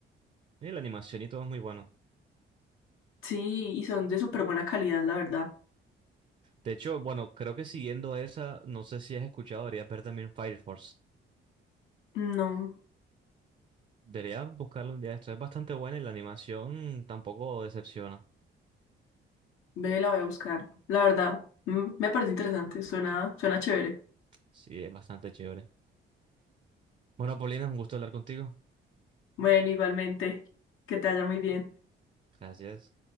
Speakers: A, on the right; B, on the left.
A: Y la animación y todo es muy bueno.
B: Sí, y son de súper buena calidad, la verdad.
A: De hecho, bueno, creo que siguiendo esa, no sé si has escuchado, deberías ver también Fire Force.
B: No,
A: Deberías buscarlo un día. Esto es bastante buena y la animación tampoco decepciona.
B: ve, la voy a buscar. La verdad, mm, me parece interesante, suena, suena chévere.
A: Sí, es bastante chévere. Bueno, Paulina, un gusto hablar contigo.
B: Bueno, igualmente, que te vaya muy bien.
A: Gracias.